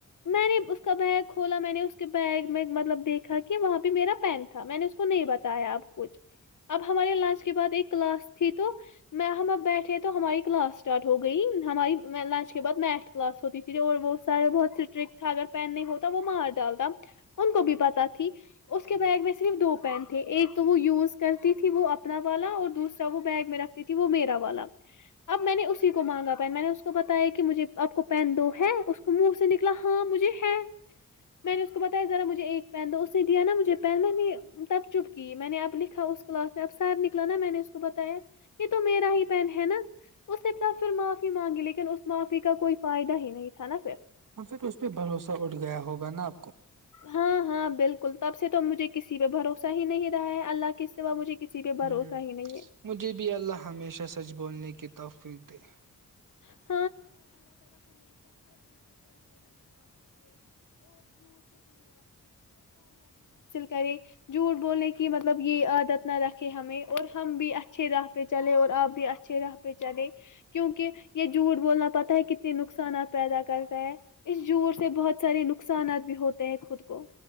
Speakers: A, on the left; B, on the right.
A: میں نے اس کا بیگ کھولا میں نے اس کے بیگ میں مطلب دیکھا کہ وہاں پہ میرا پین تھا میں نے اس کو نہیں بتایا اب کچھ اب ہمارے لنچ کے بعد ایک کلاس تھی تو میں ہم اب بیٹھے تو ہماری کلاس اسٹارٹ ہو گئی ہماری لنچ کے بعد میتھ کلاس ہوتی تھی اور وہ سار بہت اسٹرکٹ تھا اگر پین نہیں ہوتا وہ مار ڈالتا ان کو بھی پتا تھا اس کے بیگ میں صرف دو پین تھے ایک تو وہ یوز کرتی تھی وہ اپنا والا اور دوسرا وہ بیگ میں رکھتی تھی وہ میرا والا اب میں نے اسی کو مانگا پین میں نے اس کو بتایا کہ مجھے آپ کو پین دو ہے اس منہ سے نکلا ہاں مجھے ہے میں نے اس کو بتایا ذرا مجھے پین تو اس نے دیا نا مجھے پین میں نے تب چھپ کی میں نے آپ لکھ اس کلاس میں اب سر نکلا نا میں نے اس کو بتایا یہ تو میرا ہی پین ہے نا اس نے ت پھر معافی مانگی لیکن اس معافی کا کوئی فائدہ ہی نہیں تھا نا پھر
B: ہاں پھر اس پہ بھروسہ اٹھ گیا ہوگا نا آپ کو
A: ہاں ہاں بالکل کل تب سے تو مجھے کسی پہ بھروسہ ہی نہیں رہا ہے اللہ کے سوا مجھے کسی پہ بھروسہ
B: ہوں
A: ہی نہیں ہے
B: مجھے بھی اللہ ہمیشہ سچ بولنے کی <unintelligible>
A: <unintelligible> کریں جھوٹ بولنے کی مدد مطلب یہ عادت نہ رکھے ہمیں اور ہم بھی اچھ اچھے راہ پہ چلے اور آپ بھی اچھے راہ پہ بھیچا گے کیونکہ یہ جڑ بولنا پتتا ہے کتنے نقصانات پیدا کرتا ہے اس جڑ سے بہت سارے نقصانات بھی ہوتے ہیں خود کو